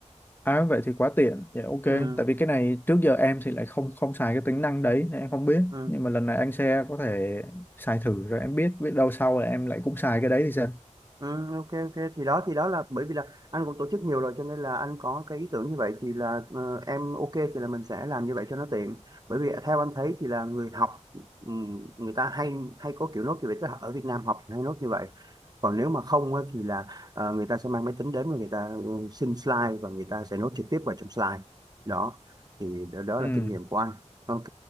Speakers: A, on the left; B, on the right.
A: à, vậy thì quá tiện dạ ok
B: ừ
A: tại vì cái này trước giờ em thì lại không không xài cái tính năng đấy nên em không biết
B: ừ
A: nhưng mà lần này anh sẽ có thể xài thử rồi em biết biết đâu sau là em lại cũng xài cái đấy thì sao
B: Ừ, ok ok thì đó thì đó là bởi vì là anh cũng tổ chức nhiều rồi cho nên là anh có cái ý tưởng như vậy thì là ờ, em ok thì là mình sẽ làm như vậy cho nó tiện bởi vì theo anh thấy thì là người học ừm, người ta hay hay có kiểu nốt như vậy tức là ở Việt Nam học hay nốt như vậy còn nếu mà không á, thì là ờ, người ta sẽ mang máy tính đến và người ta ừ, xin slide và người ta sẽ nốt trực tiếp vào trong slide đó thì đó, đó
A: ừ
B: là kinh nghiệm của anh ok